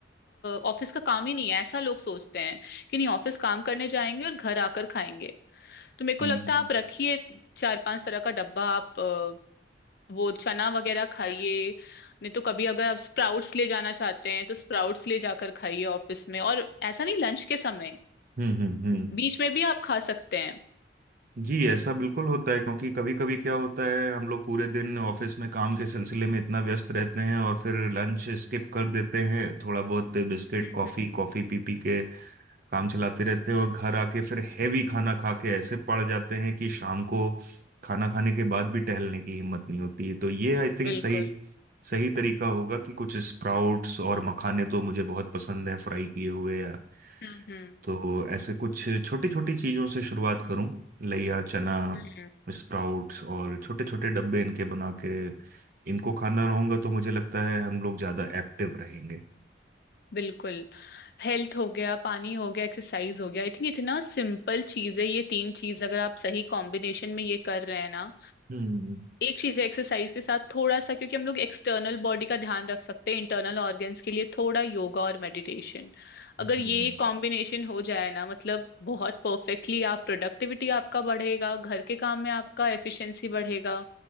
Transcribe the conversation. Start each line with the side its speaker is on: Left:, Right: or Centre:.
Left: ऑफिस का काम ही नहीं है ऐसा लोग सोचते हैं कि नहीं ऑफिस काम करने जाएंगे और घर आकर खाएंगे तो मेरे को लगता
Right: ई-
Left: है आप रखिए चार पांच तरह का डब्बा आप अ, वो चना वगैरह खाइए नहीं तो कभी अगर आप स्प्राउट्स ले जाना चाहते हैं तो स्प्राउट्स ले जाकर खाइए ऑफिस में और ऐसा नहीं लंच के समय
Right: हम्म हम्म हम्म।
Left: बीच में भी आप खा सकते हैं
Right: जी ऐसा बिल्कुल होता है क्योंकि कभी कभी क्या होता है हम लोग पूरे दिन ऑफिस में काम के सिलसिले में इतना व्यस्त रहते हैं और फिर लंच स्किप कर देते हैं थोड़ा बहुत बिस्किट
Left: हम्म
Right: कॉफी
Left: हम्म
Right: कॉफी पी पी के काम चलाते रहते हैं और घर आके फिर हैवी खाना खा के ऐसे पड़ जाते हैं कि शाम को खाना खाने के बाद भी टहलने की हिम्मत नहीं होती है तो ये आई थिंक
Left: बिल्कुल
Right: सही सही तरीका होगा कि कुछ स्प्राउट्स और मखाने तो मुझे बहुत पसंद हैं फ्राई किए हुए या
Left: हम्म हम्म
Right: तो ऐसे कुछ छोटी छोटी चीजों से शुरुआत करूं लइया चना
Left: हम्म
Right: स्प्राउट्स और छोटे छोटे डब्बे इनके बना के इनको खाना रहूंगा तो मुझे लगता है हम लोग ज्यादा एक्टिव रहेंगे
Left: बिल्कुल हेल्थ हो गया पानी हो गया एक्सरसाइज हो गया आई थिंक इतना सिंपल चीज है ये तीन चीज अगर आप सही कॉम्बिनेशन में ये कर रहे हैं ना
Right: हम्म
Left: एक चीज है एक्सरसाइज के साथ थोड़ा सा क्योंकि हम लोग एक्सटर्नल बॉडी का ध्यान रख सकते हैं इंटरनल ऑर्गन्स के लिए थोड़ा योगा और मेडिटेशन अगर
Right: जी
Left: ये कॉम्बिनेशन हो जाए ना मतलब बहुत परफेक्टली आप प्रोडक्टिविटी आपका बढ़ेगा घर के काम में आपका एफिशिएंसी बढ़ेगा